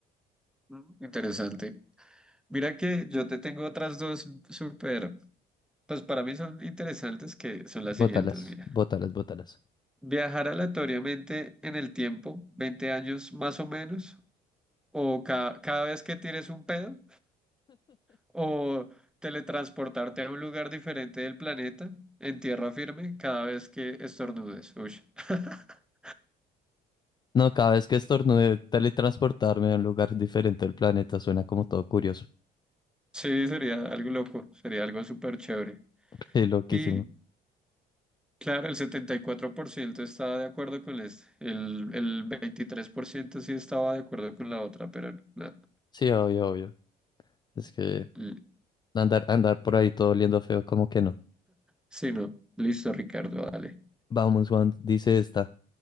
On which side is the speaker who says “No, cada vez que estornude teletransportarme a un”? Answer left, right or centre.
Left